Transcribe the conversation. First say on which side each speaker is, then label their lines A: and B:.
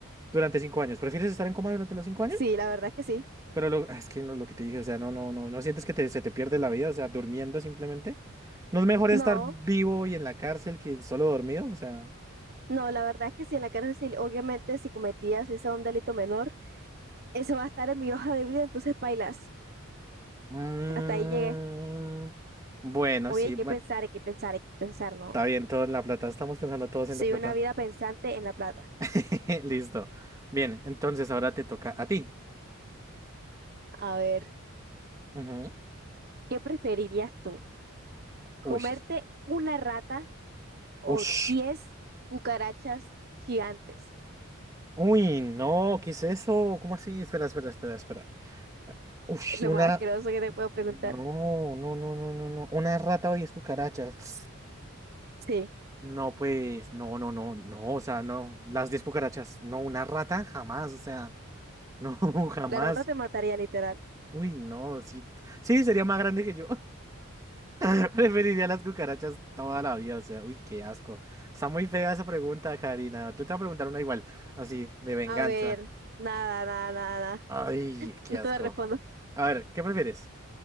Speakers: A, on the right; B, on the right.
A: durante cinco años. ¿Prefieres estar en coma durante los cinco años?
B: Sí, la verdad es que sí.
A: Pero lo, es que no, lo que te dije, o sea, no, no, no, no sientes que te- se te pierde la vida, o sea, durmiendo simplemente. ¿No es mejor estar
B: No,
A: vivo y en la cárcel que solo dormido? O sea,
B: no, la verdad es que sí, en la cárcel, sí, obviamente, si cometías ese un delito menor, eso va a estar en mi hoja de vida, entonces bailas.
A: Mm,
B: Hasta ahí llegué.
A: bueno,
B: Oye,
A: sí,
B: hay que
A: bueno.
B: pensar, hay que pensar, hay que pensar, ¿no?
A: está bien, todo en la plata, estamos pensando todos
B: Soy
A: en la plata.
B: una vida pensante en la plata.
A: <laughs> Listo. Bien, entonces ahora te toca a ti.
B: A ver,
A: Ujú.
B: ¿qué preferirías tú? comerte
A: Uy,
B: una rata o
A: uy,
B: 10 cucarachas gigantes.
A: uy, no, ¿qué es eso? ¿Cómo así? Espera, espera, espera, espera. Uy,
B: Lo
A: una...
B: más asqueroso que te puedo preguntar.
A: No, no, no, no, no, no. Una rata o diez cucarachas.
B: Sí,
A: No, pues, no, no, no, no, o sea, no, las 10 cucarachas, no, una rata, jamás, o sea, no, <laughs> jamás.
B: la rata te mataría literal.
A: Uy, no, sí, sí, sería más grande que yo. <laughs> Preferiría las cucarachas toda la vida, o sea, uy, qué asco. Está muy fea esa pregunta, Karina. Yo te voy a preguntar una igual, así, de venganza.
B: A ver, nada, nada, nada.
A: Ay, qué
B: No
A: asco.
B: te lo respondo.
A: A ver, ¿qué prefieres?